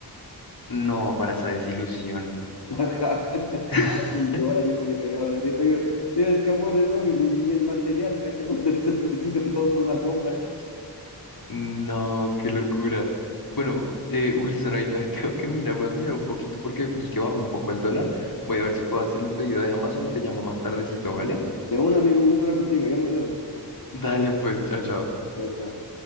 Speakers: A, on the left; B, on the left.
A: No, para esa desilusión.
B: <laughs> Ajá. Casi
A: <laughs>
B: llora, yo me le cagaba de risa. Yo, es que amor, es obvio, ni, ni el material, cacha, con cuando y cinco centavos por una alfombra. chucha.
A: No, qué locura. Bueno, eh, Wilson, ahorita <laughs> tengo que mirar, voy a mirar un poquito porque vi que bajó un poco el dólar. Voy a ver si puedo hacer el pedido de Amazon y te llamo más tardecito, ¿vale?
B: De un amigo, un gusto hablar contigo, ya nos vemos.
A: Dale, pues, chao, chao.
B: Chao, chao.